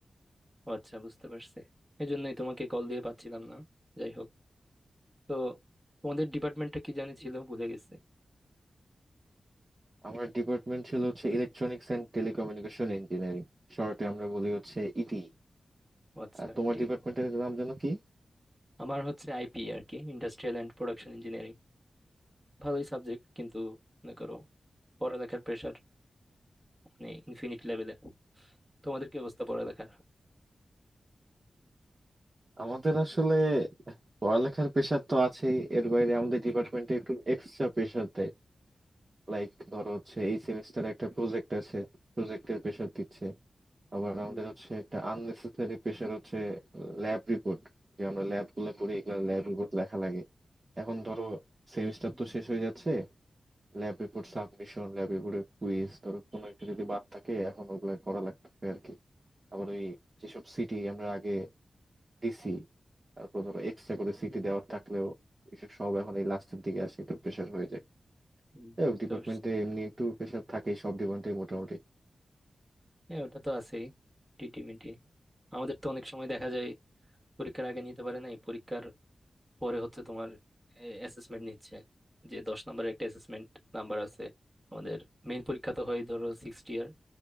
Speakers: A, on the right; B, on the right.
A: ও আচ্ছা বুঝতে পারছি এই জন্যই তোমাকে কল দিয়ে পাচ্ছিলাম না যাই হোক তো তোমাদের ডিপার্টমেন্টটা কি জানি ছিল ভুলে গেছে
B: আমার ডিপার্টমেন্ট ছিল হচ্ছে ইলেকট্রনিক্স অ্যান্ড টেলিকমিউনিকেশন ইঞ্জিনিয়ারিং শর্টে আমরা বলি হচ্ছে ইটি
A: ও আচ্ছা
B: আর তোমার
A: এটাই
B: ডিপার্টমেন্টের নাম যেন কি
A: আমার হচ্ছে আইপি আর কি ইন্ডাস্ট্রিয়াল এন্ড প্রোডাকশন ইঞ্জিনিয়ারিং ভালোই সাবজেক্ট কিন্তু মনে করো পড়ালেখার প্রেশার মানে ইনফিনিট লেভেলের তোমাদের কি অবস্থা পড়ালেখার
B: আমাদের আসলে পড়ালেখার প্রেশার তো আছেই এর বাইরে আমাদের ডিপার্টমেন্টে একটু এক্সট্রা প্রেশার দেয় লাইক ধরো হচ্ছে এই সেমিস্টারে একটা প্রজেক্ট আছে প্রজেক্টের প্রেশার দিচ্ছে আবার
A: হুম,
B: আমাদের হচ্ছে একটা আননেসেসারি প্রেশার হচ্ছে ল্যাব রিপোর্ট যে আমরা ল্যাব গুলো করি এগুলো ল্যাব রিপোর্ট লেখা লাগে এখন ধরো সেমিস্টার
A: হুম,
B: তো শেষ হয়ে যাচ্ছে ল্যাব রিপোর্ট সাবমিশন ল্যাব রিপোর্টের কুইজ ধরো কোনো একটা যদি বাদ থাকে এখন ওগুলো করা লাগবে আর কি আবার ওই যেসব সিটি আমরা আগে ডিসি তারপর ধরো এক্সট্রা করে সিটি দেওয়ার থাকলেও এসব সব এখন এই লাস্টের দিকে আসে একটু প্রেশার হয়ে যায়
A: হুম,
B: যাই হোক
A: বুঝতে
B: ডিপার্টমেন্টে
A: পারছো
B: এমনি একটু প্রেশার থাকেই সব ডিপার্টমেন্টে মোটামুটি
A: হ্যাঁ ওটা তো আছেই টিটি মিটি আমাদের তো অনেক সময় দেখা যায় পরীক্ষার আগে নিতে পারে নাই পরীক্ষার পরে হচ্ছে তোমার অ্যাসেসমেন্ট নিচ্ছে যে দশ নম্বরের একটা অ্যাসেসমেন্ট নাম্বার আছে আমাদের মেইন পরীক্ষা তো হয় ধরো সিক্সটি ইয়ার